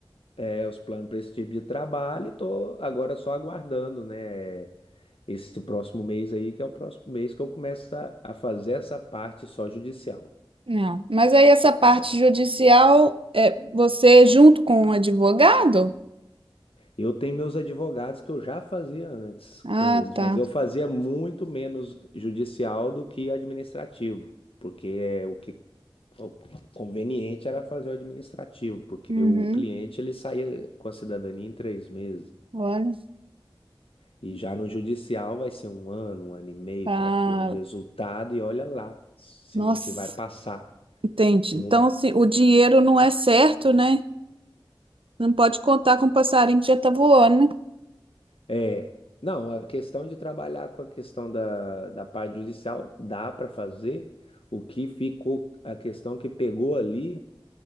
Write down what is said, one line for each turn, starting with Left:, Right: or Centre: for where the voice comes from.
Left: é, os planos para esse tipo de trabalho e tô agora só aguardando, né? esse próximo mês aí, que é o próximo mês que eu começo a, a fazer essa parte só judicial,
Right: Não. Mas aí essa parte
Left: né?
Right: judicial é você junto com o advogado?
Left: Eu tenho meus advogados que eu já fazia antes
Right: Ah,
Left: com eles,
Right: tá.
Left: mas eu fazia muito menos judicial do que administrativo, porque é o que o conveniente era fazer o administrativo, porque
Right: Uhum.
Left: o cliente ele saía com a cidadania em três meses.
Right: Olha,
Left: E já no judicial vai ser um ano, um ano e meio
Right: tá.
Left: para ter um resultado, e olha lá se,
Right: Nossa,
Left: se vai passar.
Right: entendi.
Left: Se
Right: Então,
Left: não
Right: se o dinheiro não é certo, né? Não pode contar com o passarinho que já tá voando, né?
Left: É, não, a questão de trabalhar com a questão da, da parte judicial dá para fazer. O que ficou, a questão que pegou ali